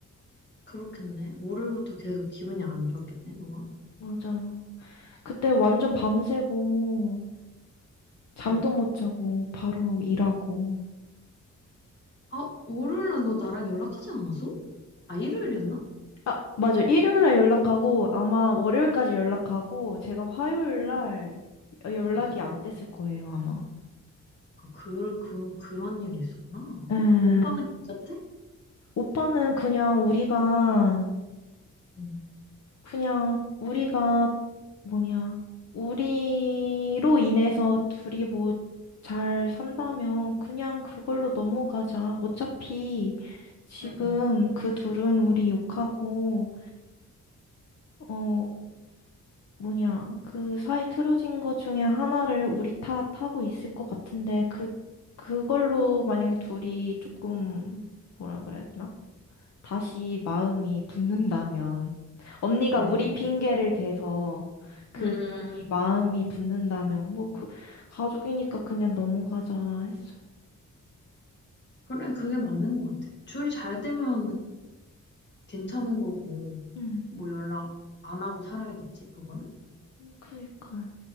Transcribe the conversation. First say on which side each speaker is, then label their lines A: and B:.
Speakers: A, on the left; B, on the left.
A: 그렇겠네. 월요일부터 계속 기분이 안 좋았겠네, 너가?
B: 맞아요. 그때 완전 밤새고 잠도
A: 어.
B: 못 자고 바로 일하고.
A: 아, 월요일날 너 나랑 연락하지 않았어? 아, 일요일이었나?
B: 아, 맞아. 일요일날 연락하고 아마 월요일까지 연락하고 제가 화요일날
A: 응,
B: 연락이
A: 응, 응. 응.
B: 안 됐을 거예요, 아마.
A: 아, 그, 그, 그런 일이 있었구나.
B: 음,
A: 오빠는 괜찮대?
B: 오빠는 그냥 우리가
A: 응.
B: 그냥 우리가 뭐냐 우리로 인해서 둘이 뭐 잘 산다면 그냥 그걸로 넘어가자. 어차피 지금
A: 응,
B: 그 둘은 우리 욕하고 어 뭐냐, 그 사이 틀어진 거 중에 하나를 우리 탓하고 있을 것 같은데, 그, 그걸로 만약에 둘이 조금, 뭐라 그래야 되나? 다시 마음이 붙는다면,
A: 응.
B: 언니가
A: 어.
B: 우리 핑계를 대서 그
A: 응. 응,
B: 둘이 마음이 붙는다면, 뭐 그, 가족이니까 그냥 넘어가자 했어.
A: 그래, 그게 맞는 것 같아. 줄이 잘 되면 괜찮은 거고,
B: 응,
A: 뭐 연락 안 하고 살아야겠지, 그거는?
B: 그니까요.